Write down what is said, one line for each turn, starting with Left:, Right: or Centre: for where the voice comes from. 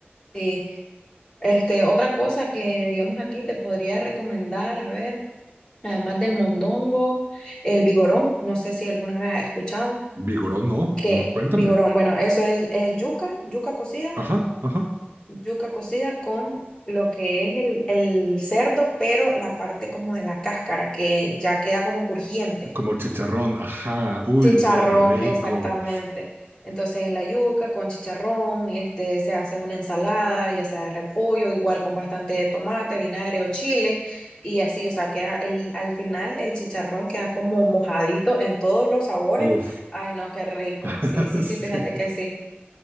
Left: Sí. Este, otra cosa que digamos aquí te podría recomendar, a ver. Además del mondongo, el vigorón, no sé si alguna vez has escuchado,
Right: Vigorón, no,
Left: que
Right: no, cuéntame.
Left: vigorón, bueno, eso es, es yuca, yuca cocida,
Right: Ajá, ajá.
Left: yuca cocida con lo que es el, el cerdo, pero la parte como de la cáscara, que ya queda como crujiente.
Right: Como chicharrón, ajá. Uy,
Left: Chicharrón,
Right: qué rico.
Left: exactamente. Entonces la yuca con chicharrón, este, se hace una ensalada, ya sea de repollo, igual con bastante tomate, vinagre o chile, y así, o sea, queda el, al final el chicharrón queda como mojadito en todos los sabores.
Right: Uf.
Left: Ay, no, qué rico.
Right: <laughs>
Left: Sí, sí,
Right: Sí.
Left: sí, fíjate que sí.